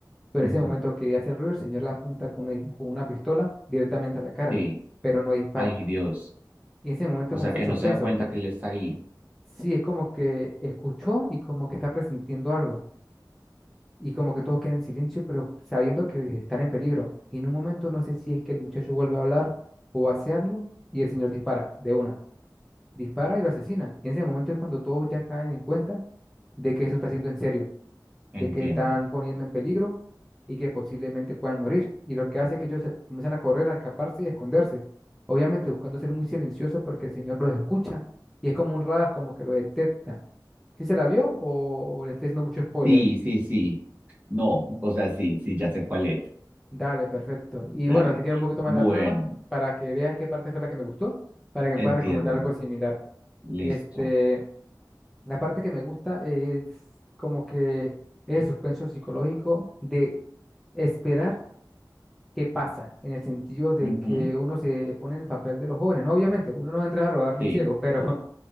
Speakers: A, in the centre; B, on the right.
A: pero
B: ujú.
A: en ese momento quería hacer ruido, el Señor le apunta con una, con una pistola directamente a la cara,
B: Sí,
A: pero no dispara.
B: ay Dios.
A: Y en ese momento
B: O
A: comienza
B: sea que
A: el suspenso.
B: no se da cuenta que él está ahí.
A: Sí, es como que escuchó y como que está presintiendo algo. Y como que todos quedan en silencio, pero sabiendo que están en peligro. Y en un momento no sé si es que el muchacho vuelve a hablar o hace algo y el señor dispara de una. Dispara y lo asesina. Y en ese momento es cuando todos ya caen en cuenta de que eso está siendo en serio, de
B: Entiendo.
A: que están poniendo en peligro y que posiblemente puedan morir. Y lo que hace es que ellos se- comienzan a correr, a escaparse y a esconderse. Obviamente buscando ser muy silenciosos porque el señor los escucha y es como un radar, como que los detecta. ¿Sí se la vio o, o le estoy haciendo mucho spoiler?
B: Sí, sí, sí. No, o sea, sí, sí, ya sé cuál es.
A: Dale, perfecto. Y
B: Dale.
A: bueno, te quiero un poquito más
B: Bueno,
A: la trama para que veas qué parte fue la que me gustó, para que me
B: entiendo.
A: puedas recomendar algo similar.
B: Listo.
A: Este, la parte que me gusta es como que es el suspenso psicológico de esperar qué pasa, en el sentido de
B: Ujú,
A: que uno se pone en el papel de los jóvenes. No, obviamente, uno no entra a robarle
B: Sí,
A: un ciego, pero <laughs>